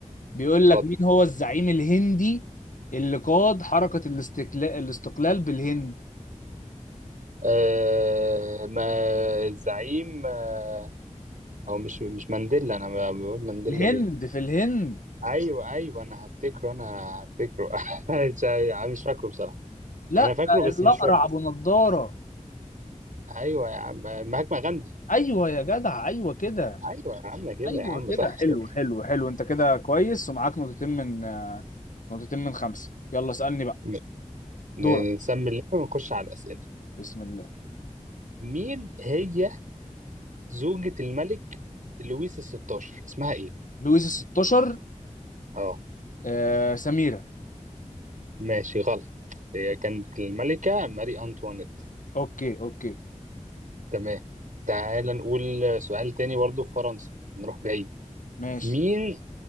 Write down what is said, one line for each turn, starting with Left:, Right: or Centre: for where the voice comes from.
Left: بيقول
Right: اتفضل
Left: لك مين هو الزعيم الهندي اللي قاد حركة الاستقلال الاستقلال بالهند
Right: آه ما الزعيم آه أو مش مش مانديلا أنا بقول مانديلا
Left: الهند
Right: ليه؟
Left: في الهند
Right: أيوه أيوه أنا هفتكره أنا هفتكره <laughs> مش مش فاكره بصراحة
Left: لا
Right: يعني أنا فاكره بس
Left: الأقرع
Right: مش فاكره
Left: أبو نضارة
Right: أيوه يا عم مهاتما غاندي
Left: أيوه يا جدع أيوه كده
Right: ايوه يا عم كده
Left: أيوه
Right: يا عم
Left: كده
Right: صح
Left: حلو
Right: كده
Left: حلو حلو أنت كده كويس ومعاك نقطتين من آه، نقطتين من خمسة يلا اسألني بقى
Right: ن- ن-
Left: دورك
Right: نسمي اللعبه ونخش على الاسئله
Left: بسم الله
Right: مين هي زوجة الملك لويس الستاشر اسمها ايه
Left: لويس ال 16
Right: اه
Left: آه سميرة
Right: ماشي غلط هي كانت الملكة ماري انطوانيت
Left: أوكي أوكي
Right: تمام تعال نقول سؤال تاني برضو في فرنسا نروح بعيد
Left: ماشي
Right: مين